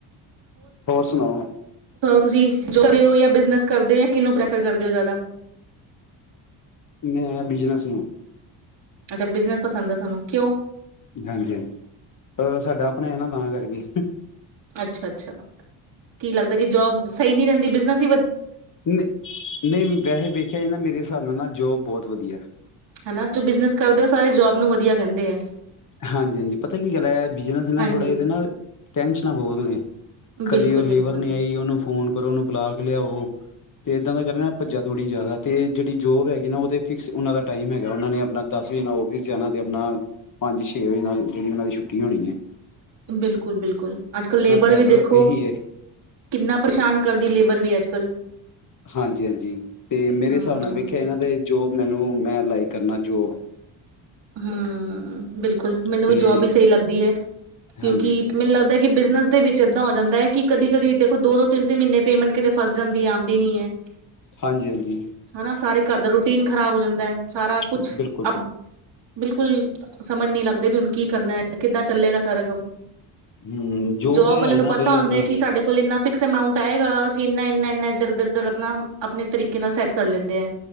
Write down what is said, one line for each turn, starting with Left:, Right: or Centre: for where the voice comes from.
Left: ਹੋਰ ਸੁਣਾਓ
Right: ਤੁਸੀਂ ਜੋਦੇ ਹੋ ਜਾਂ ਬਿਜਨਸ ਕਰਦੇ ਹੋ ਜਾਂ ਕਿਹਨੂੰ ਪ੍ਰੈਫਰ ਕਰਦੇ ਹੋ ਜ਼ਿਆਦਾ
Left: ਮੈਂ ਬਿਜਨਸ ਨੂੰ
Right: ਅੱਛਾ ਬਿਜਨਸ ਪਸੰਦ ਹੈ ਤੁਹਾਨੂੰ ਕਿਉਂ
Left: ਹਾਂਜੀ ਸਾਡਾ ਆਪਣਾ ਹੈ ਨਾ ਤਾਂ ਕਰਕੇ
Right: ਅੱਛਾ ਅੱਛਾ ਅੱਛਾ ਕੀ ਲੱਗਦਾ ਕਿ ਜੋਬ ਸਹੀ ਨਹੀ ਰਹਿੰਦੀ ਬਨਸ
Left: ਨਹੀਂ ਨਹੀਂ ਵੈੇ ਵੇਚਿਆ ਹੀ ਨਾ ਮੇਰੇ ਹਿਸਾਬ ਨਾਲ ਨਾ ਜੋਬ ਬਹੁਤ ਵਧੀਆ
Right: ਹਨਾ ਜੋ ਬਿਜਨਸ ਕਰਦੇ ਉਹ ਸਾਰੇ ਜੋਬ ਨੂੰ ਵਧੀਆ ਕਹਿੰਦੇ ਆ
Left: ਹਾਂਜੀ ਹਾਂਜੀ ਪਤਾ ਕੀ ਗੱਲ ਬਿਜਨਸ ਨਾ
Right: ਹਾਂਜੀ
Left: ਥੋੜ੍ਹਾ ਜਦੇ ਨਾ ਟੈਨਸ਼ਨਾਂ ਬਹੁਤ ਨੇ
Right: ਬਿਲਕੁਲ,
Left: ਕਦੀ ਉਹ
Right: ਬਿਲਕੁਲ।
Left: ਲੇਬਰ ਨਹੀ ਆਈਓਨੂੰ ਫੋਨ ਕਰੋ ਉਹਨੂੰ ਬੁਲਾ ਕੇ ਲਿਆਓ ਤੇ ਇੱਦਾਂ ਦਾ ਕਰਨਾ ਭੱਜਾ ਥੋੜ੍ਹੀ ਜ਼ਿਆਦਾ ਤੇ ਜਿਹੜੀ ਜੋਬ ਹੈਗੀ ਨਾ ਉਹ ਤੇ ਫਿਕਸ ਉਹਨਾਂ ਦਾ ਟਾਈਮ ਹੈਗਾ ਉਹਨਾਂ ਨੇ ਆਪਣਾ ਦਸ ਵਜੇ ਨਾਲ ਫਿਸ ਜਾਣਾ ਅਤੇ ਆਪਣਾ ਪੰਜ ਛੇ ਵਜੇ ਨਾਲ ਜਿਹੜੀ ਉਹਨਾਂ ਦੀ ਛੁੱਟੀ ਹੋਣੀ ਹੈਏ
Right: ਬਿਲਕੁਲ ਬਿਲਕੁਲ ਅੱਜ ਕਲ ਲੇਬਰ
Left: ਬੈਟਰ
Right: ਵੀ ਦੇਖੋ
Left: ਇਹੀ ਹੈ
Right: ਕਿੰਨਾ ਪਰੇਸ਼ਾਨ ਕਰਦੀ ਲੇਬਰ ਵੀ ਅੱਜ ਕਲ ਕੱਲ
Left: ਹਾਂਜੀ ਹਾਂਜੀ ਤੇ ਮੇਰੇ
Right: ਹੂੰ,
Left: ਹਿਸਾਬ ਨਾਲ ਵੇਖਿਆ ਇਹਨਾਂ ਦੇ ਜੋ ਮੈਨੂੰ ਮੈਂ ਲਾਈਕ ਕਰਨਾ ਜੋ
Right: ਹਾਂ ਬਿਲਕੁਲ ਮੈਨੂੰ
Left: ਤੇ
Right: ਵੀ ਜੋਬ ਹੀ ਸਹੀ ਲੱਗਦੀ ਹੈ ਕਿਉਂਕਿ
Left: ਹਾਂਜੀ
Right: ਮੈਨੂੰ ਲੱਗਦਾ ਕਿ ਬਿਜਨਸ ਦੇ ਵਿੱਚ ਚਿੱਦਾਂ ਹੋ ਜਾਂਦਾ ਹੈ ਕਿ ਕਦੀ ਕਦੀ ਦੇਖੋ ਦੋ ਦੋ ਤਿੰਨ ਤਿੰਨ ਮਹੀਨੇ ਪੇਮੈਂਟ ਕਿਤੇ ਫਸ ਜਾਂਦੀ ਹੈ ਆਉਂਦੀ ਨੀ ਹੈ
Left: ਹਾਂਜੀ ਹਾਂਜੀ
Right: ਹਨਾ ਸਾਰੇ ਘਰ ਦਾ ਰੂਟੀਨ ਖ਼ਰਾਬ ਹੋ ਜਾਂਦਾ ਹੈ ਸਾਰਾ ਕੁਛ
Left: ਬਿਲਕੁਲ
Right: ਅ
Left: ਬਿਲਕੁਲ
Right: ਬਿਲਕੁਲ ਸਮਝ ਨਹੀਂੀ ਲੱਗਦੇ ਵੀ ਹਕ ਕਰਨਾ ਕਿੱਦਾਂ ਚੱਲੇਗਾ ਸਾਰਾ ਕੰਮ
Left: ਹੂੰ
Right: ਜੋਬ
Left: ਦਾ ਹੈ
Right: ਵਾਲੇ ਨੂੰ
Left: ਨਾ
Right: ਪਤਾ
Left: ਬਈ
Right: ਹੁੰਦਾ
Left: ਆਪਣਾ
Right: ਕਿ ਸਾਡੇ ਕੋਲ ਇੰਨਾ ਫਿਕਸ ਅਮਾਂਟਏਗਾ ਅਸੀਂ ਇੰਨਾ ਇੰਨਾ ਇਧਰ ਇਧਰ ਇਧਰ ਆਪਣਾ ਆਪਣੇ ਤਰੀਕੇ ਨਾਲ ਸੈਟ ਕਰ ਲੈਂਦੇ ਆ